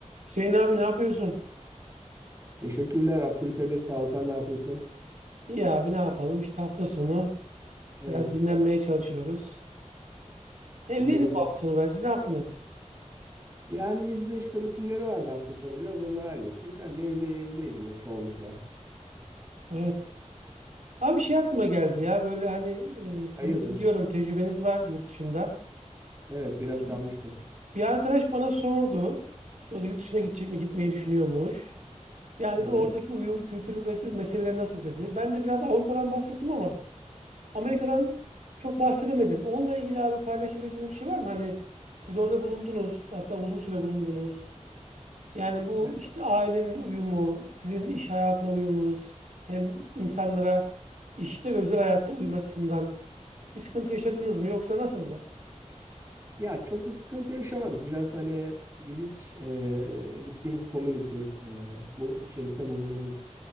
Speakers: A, on the right; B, on the right.
A: Hüseyin abi ne yapıyorsun?
B: Teşekkürler Abdülkadir. Sağ ol. Sen ne yapıyorsun?
A: İyi abi ne yapalım? İşte hafta sonu
B: Evet.
A: biraz dinlenmeye çalışıyoruz. Evdeydim
B: Dinlenebildim.
A: bu hafta sonu ben. Siz ne yaptınız?
B: Yani bizde işte rutinleri vardı hafta sonu. Biraz onları hallettik. Ben de evde evdeydim ya çoğunlukla.
A: Evet. Abi bir şey aklıma geldi ya böyle hani e, sizin
B: Hayırdır?
A: de biliyorum tecrübeniz var yurt dışında.
B: Evet, biraz
A: Şimdi
B: kalmıştım.
A: bir arkadaş bana sordu. İşte o da yurt dışına gidecek mi? Gitmeyi düşünüyormuş. Yani
B: Evet.
A: de oradaki uyum, kültür ve meseleleri nasıl dedi. Ben de biraz Avrupa'dan bahsettim ama Amerika'dan çok bahsedemedim. Onunla ilgili abi paylaşabileceğiniz bir şey var mı? Hani siz orada bulundunuz, hatta uzun süre bulundunuz. Yani bu
B: E,
A: işte ailenin uyumu, sizin iş hayatına uyumunuz, hem insanlara işte ve özel hayatta uyum açısından bir sıkıntı yaşadınız mı yoksa nasıldı?
B: Ya çok bir sıkıntı yaşamadık. Biraz hani gidiş e, gittiğimiz community e, bu içerisinde bulunduğumuz